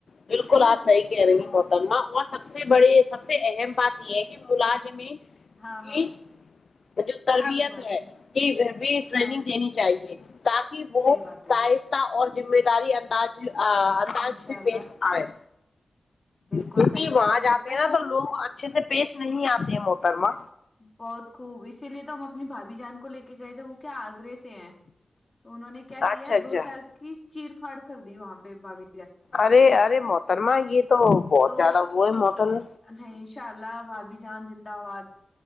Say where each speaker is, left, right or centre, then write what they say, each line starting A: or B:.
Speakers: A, on the left; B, on the left.
A: بالکل
B: ہے نا
A: آپ صحیح کہہ رہی ہے محت محترمہ اور سب سے بڑے سب سے اہم بات یہ ہے کہ ملازمین
B: ہاں
A: کی
B: ہاں
A: جو تربیت
B: صحیح بات
A: ہے کہ بھی ٹریننگ
B: ہاں
A: دینی چاہیے تا کہ وہ
B: صحیح بات ہے
A: سہستا اور ذمہ داری انداز ا
B: انشاء اللہ
A: آئے
B: بالکل
A: کیونکہ
B: صحیح
A: وہاں
B: کہا جب
A: جاتے
B: تک
A: ہیں نا تو لوگ اس اچھے سے پیس نہیں آتے ہے محترمہ
B: بہت خوب اسی لیے تو ہم اپنی بھابھی جان کو لے کے گئے تھے وہ کیا آگرے سے ہیں تو انہوں نے کیا کیا
A: اچھا اچھا
B: دو چار کی چییر پاڑ کر دی وہاں پہ باابھی
A: ارے ارے محترما یہ تو بہت
B: تو
A: زیادہ وہ ہے محترما
B: نہیں ان شاء اللہ بھابھی جان زندباد